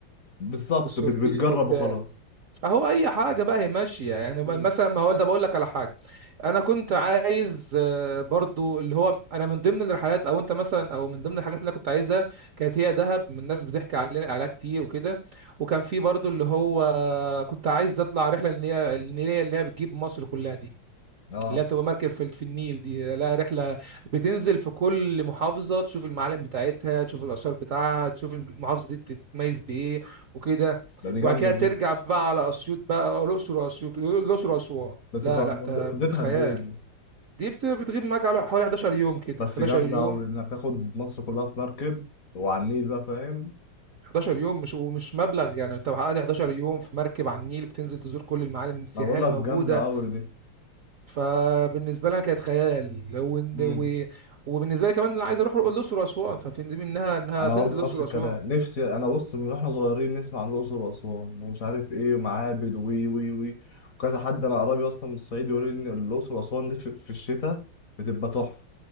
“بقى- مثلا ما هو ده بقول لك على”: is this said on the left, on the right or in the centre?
Right